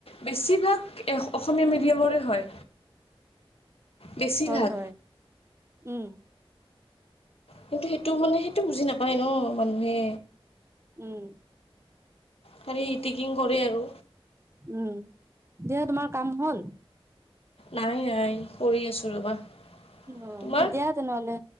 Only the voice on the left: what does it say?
বেছিভাগ অসমীয়া মিডিয়ামৰে হয়। বেছিভাগ
কিন্তু সেইটো মানে সেইটো বুজি নাপায় ন মানুহে
খালি ইটিকিং কৰে আৰু
নাই নাই কৰি আছো ৰবা।
তোমাৰ